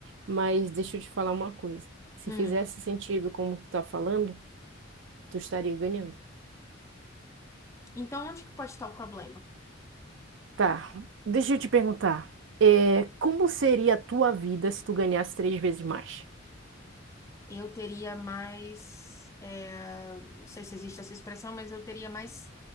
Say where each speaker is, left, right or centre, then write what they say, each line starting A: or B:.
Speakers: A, on the right (about 70°); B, on the left (about 15°).
A: Mas deixa eu te falar uma coisa. Se
B: Hum.
A: fizesse sentido como tu tá falando, tu estaria ganhando.
B: Então, onde que pode estar o problema?
A: Tá, deixa eu te perguntar. É, como seria a tua vida se tu ganhasse três vezes mais?
B: Eu teria mais, é, não sei se existe essa expressão, mas eu teria mais